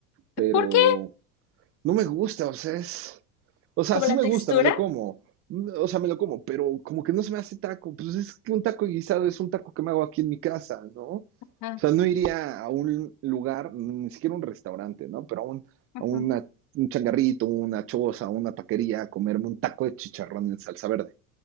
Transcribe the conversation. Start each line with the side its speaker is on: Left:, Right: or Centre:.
Right: pero
Left: ¿Por qué?
Right: no me gusta, o sea, es. O sea,
Left: Como
Right: sí
Left: la
Right: me
Left: textura.
Right: gusta, me lo como. O sea, me lo como, pero como que no se me hace taco. Pues es que un taco guisado es un taco que me hago aquí en mi casa, ¿no? O
Left: Ah,
Right: sea, no iría a un lugar, ni siquiera un restaurante, ¿no? Pero a un,
Left: Ujú.
Right: a una, un changarrito, una choza, una taquería, a comerme un taco de chicharrón en salsa verde.